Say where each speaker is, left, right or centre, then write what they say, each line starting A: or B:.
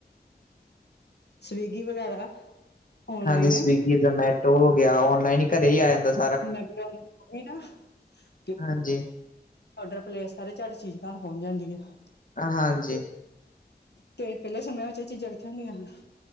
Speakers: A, on the left; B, on the left.
A: ਸਵੀਂਗੀ ਵਗੈਰਾ ਔਨਲਾਈਨ
B: ਹਾਂਜੀ ਸਵੀਗੀ ਜਮੈਟੋ ਹੋ ਗਿਆ, ਔਨਲਾਈਨ ਈ ਘਰੇ ਈ ਆ ਜਾਂਦਾ ਸ
A: ਲੱਗਦਾ <inaudible>
B: ਹਾਂਜੀ,
A: ਔਡਰ ਪਲੇਸ ਕਰੇ ਚਟ ਚੀਜ਼ਾ ਘਰ ਪਹੁੰਚ ਜਾਂਦੀ ਆ
B: ਹਾਂਜੀ
A: ਤੇ ਤੇ ਪਹਿਲੇ ਸਮਿਆਂ ਵਿੱਚ ਇਹ ਚੀਜ਼ਾਂ ਕਿੱਥੇ ਹੁੰਦੀਆਂ ਹਨ